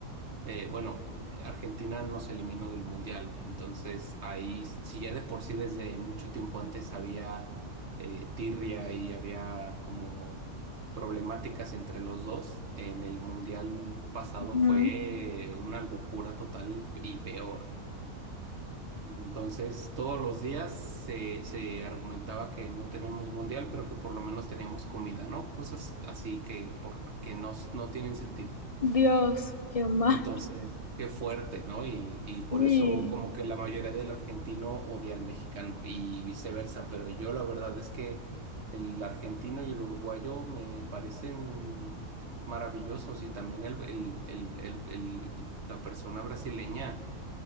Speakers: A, on the right; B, on the left.
A: Eh, bueno, eh, Argentina nos eliminó del Mundial, entonces ahí, si ya de por sí desde mucho tiempo antes había eh, tirria y había como problemáticas entre los dos, en el Mundial pasado
B: Ujú.
A: fue una locura total y peor. Entonces todos los días se, se argumentaba que no teníamos Mundial, pero que por lo menos teníamos comida, ¿no? Cosas así que, por, que no, no tienen sentido.
B: Dios, qué más.
A: Entonces, qué fuerte, ¿no? Y, y por
B: Sí,
A: eso como que la mayoría del argentino odia al mexicano y viceversa, pero yo la verdad es que el argentino y el uruguayo me parecen maravillosos y también el, el, el, el- el- la persona brasileña